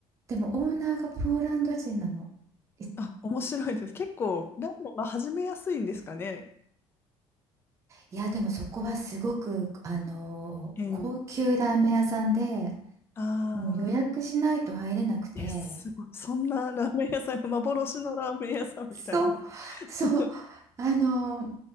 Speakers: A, on the right; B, on the left.
A: でもオーナーがポーランド人なの。い
B: あ、面白いです。結構、ラーメン、まあ、始めやすいんですかね。
A: いや、でもそこはすごく、あの、
B: えー、
A: 高級ラーメン屋さんで、
B: あ
A: もう予約しないと入れなくて、
B: ー、え、すごい。そんなラーメン屋さんが幻のラーメン屋さんみたいな。
A: そう、
B: <laughs>
A: そう、あの、